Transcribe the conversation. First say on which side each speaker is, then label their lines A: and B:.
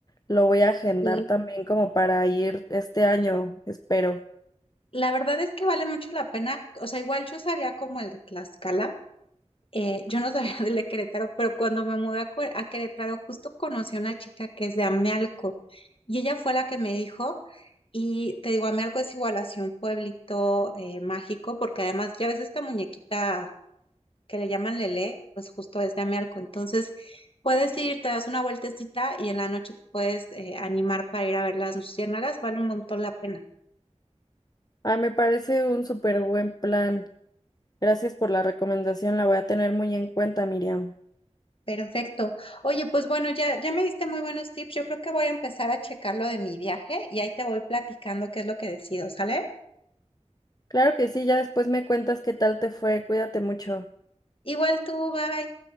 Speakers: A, on the left; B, on the left.
A: Lo voy a agendar
B: sí
A: también como para ir este año, espero.
B: la verdad es que vale mucho la pena, o sea, igual yo sabía como el de Tlaxcala, eh, yo no sabía <laughs> del de Querétaro, pero cuando me mudé a, Cue- a Querétaro, justo conocí a una chica que es de Amealco y ella fue la que me dijo, y te digo, Amealco es igual así un pueblito eh, mágico, porque además ya ves esta muñequita que le llaman Lele, pues justo es de Amealco, entonces puedes ir, te das una vueltecita y en la noche te puedes eh, animar para ir a ver las luciérnagas, vale un montón la pena.
A: Ay, me parece un súper buen plan. Gracias por la recomendación, la voy a tener muy en cuenta, Miriam.
B: Perfecto. Oye, pues bueno, ya, ya me diste muy buenos tips. Yo creo que voy a empezar a checar lo de mi viaje y ahí te voy platicando qué es lo que decido, ¿sale?
A: Claro que sí, ya después me cuentas qué tal te fue, cuídate mucho.
B: Igual tú, bye.